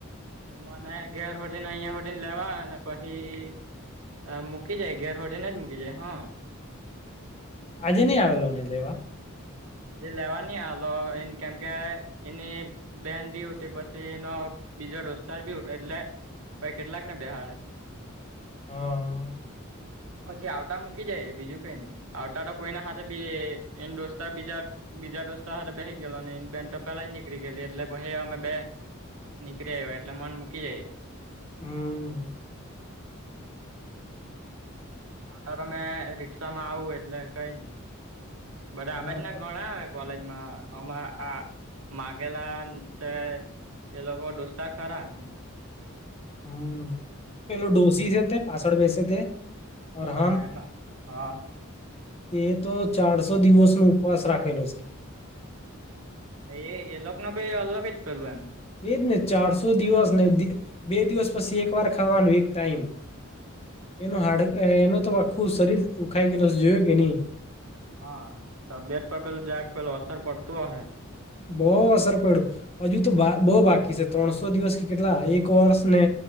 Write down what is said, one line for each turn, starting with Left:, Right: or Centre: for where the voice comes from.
Right: એ મને ઘેર હોધીને અહિયાં હોધી ને લેવા આવે ને પછી હ મૂકી જાય ઘેર હોધીને જ મૂકી જાય હા.
Left: આજે નઈ આવેલો ને લેવા.
Right: આજે લેવા ની આવેલો એ કેમકે એની બેન બી હુતી પછી એનો બીજા દોસ્તાર બી હુતો એટલે પહી કેટલાક ને બેહાડે.
Left: હમ્મ.
Right: પછી આવતા મૂકી જાય બીજું કઈ નહી આવતા તો કોઈના હાથે બી એન દોસ્ત તાર બીજા બીજા દોસ્તાર હાથે બેસી ગેલો ને બેન તો પેલા નીકળી ગેલી એટલે પહી અમે બે નીકરી આવ્યા એટલે મન મૂકી જાય.
Left: હમ્મ.
Right: આવતા તો મેં રિક્ષામાં આવું એટલે કઈ નઈ બધા
Left: હા
Right: આ બાજના
Left: પે-
Right: ઘણા આવે કોલેજમાં અમાં આ માગેલા છે તે લોકો દોસ્તાર ખરા.
Left: હમ્મ, પેલો ડોસી છે તે પાછળ બેસે તે. અરહાન
Right: હા એમાં હા.
Left: તે તો ચારસો દિવસનો ઉપવાસ રાખેલો છે.
Right: હા એ લોકનો કઈ અલગ જ પેલું એમ.
Left: એજ ને ચારસો દિવસને બે દિવસ પછી એકવાર ખાવાનું એક ટાઈમ. એનો હાડ એનો તો આખું શરીર હુખાય ગયેલુ છે જોયો કે નહી?
Right: હા. તબીયત પર પેલું જરાક પેલું અસર પડતું અહે.
Left: બોવ અસર પડ્યો. હજુ તો બા બોવ બાકી છે ત્રણસો દિવસ કે કેટલા એક વર્ષ ને